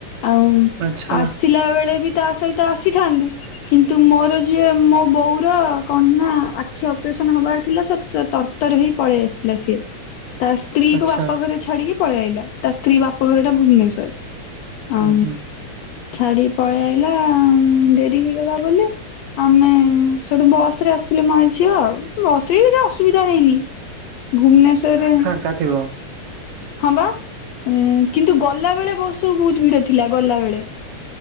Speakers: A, on the left; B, on the right.
A: ଆଉ
B: ଆଚ୍ଛା
A: ଆସିଲା ବେଳେ ବି ତା ସହିତ ଆସିଥାନ୍ତୁ, କିନ୍ତୁ ମୋର ଯିଏ ମୋ ବଉର କଣ ନା ଆଖି ଅପ୍ରେସନ ହବାର ଥିଲା ସେ ଚ ତରତରେ ହେଇ ପଳେଇ ଆସିଲା ସିଏ। ତା ସ୍ତ୍ରୀ
B: ଆଚ୍ଛା
A: କୁ ବାପା ଘରେ ଛାଡିକି ପଳେଇ ଆଇଲା ତା ସ୍ତ୍ରୀ ବାପଘର ଟା ଭୁବନେଶ୍ଵର
B: ହୁଁ
A: ଅଁ
B: ହୁଁ
A: ଛାଡି ପଳେଇ ଆଇଲା ଡେରି ହେଇଗଲା ବୋଲି। ଆମେ ସେଠୁ ବସ୍ ରେ ଆସିଲେ ମା ଝି ଝିଅ ଆଉ ବସରେ ବି କିଛି ଅସୁବିଧା ହେଇନି। ଭୁବନେଶ୍ଵରରେ
B: କା ଥିବ।
A: ହଁ ବା ଉଁ କିନ୍ତୁ ଗଲା ବେଳେ ବସ୍ ସବୁ ବହୁତ ଭିଡ ଥିଲା ଗଲା ବେଳେ।